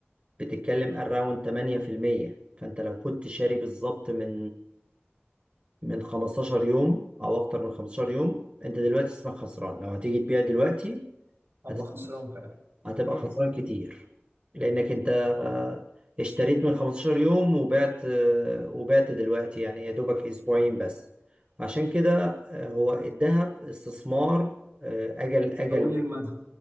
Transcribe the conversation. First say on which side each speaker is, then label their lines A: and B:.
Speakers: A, on the right (about 30°); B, on the right (about 75°).
A: بتتكلم اراوند 8% فانت لو كنت شاري بالظبط من من 15 يوم او اكتر من 15 يوم انت دلوقتي اسمك خسران لو هتيجي تبيع دلوقتي
B: ابقى
A: هتس...
B: خسران فعلا
A: هتبقى
B: مم.
A: خسران كتير لانك انت آه، اشتريت من 15 يوم وبعت آه، وبعت دلوقتي يعني يا دوبك اسبوعين بس عشان كده آه، هو الذهب استثمار آه، اجل اجل
B: طويل المدى